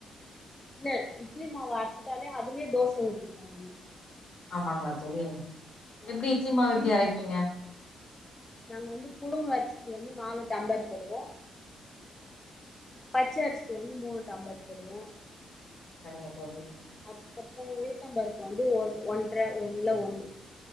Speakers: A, on the left (about 20°); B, on the left (about 55°).
A: இல்ல இட்லி மாவு அர்ச்சுட்டாலே அதுலியே தோச ஊத்திப்ப நானு
B: ஆமாங்ளா தோழி
A: ஆ
B: எப்டி இட்லி மாவு எப்டி
A: நீங்க
B: அரைப்பீங்க
A: நாங்க வந்து புழுங்கு அரிசி வந்து நாலு டம்ளர் போடுவோ பச்ச அரிசி வந்து மூணு டம்ளர் போடுவோ
B: சரிங்க தோழி
A: அதுக்கப்றோ உளுத்தம் பருப்பு வந்து ஒன் ஒன்ட்ற ஒன்ல ஒன்னு